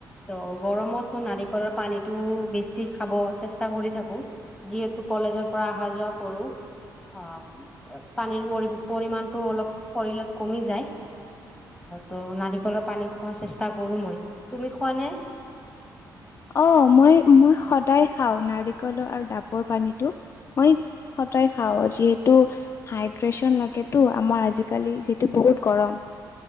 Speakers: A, in the centre; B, on the left.
A: ত' গৰমত মই নাৰিকলৰ পানীটো বেছি খাব চেষ্টা কৰি থাকো। যিহেতু কলেজৰ পৰা অহা যোৱা কৰো, হা পানীৰ পৰি-পৰিমাণটো অলপ কৰিলে কমি যায় ত' নাৰিকলৰ পানী খোৱা চেষ্টা কৰো মই। তুমি খোৱা নে?
B: অ মই, মই সদায় খাওঁ নাৰিকলৰ আৰু ডাবৰ পানীটো। মই সদায় খাওঁ, যিহেতু হাইড্ৰেচন লাগেতো আমাৰ আজিকালি যিতু বহুত গৰম।